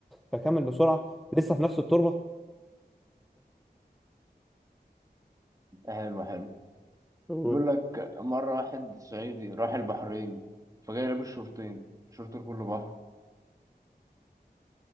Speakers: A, in the centre; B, on the right.
A: فكمل بسرعة لسه في نفس التربة
B: حلو حلو
A: قول
B: بيقول لك مرة واحد صعيدي راح البحرين فجاي لابس شورتين شورت كله بحر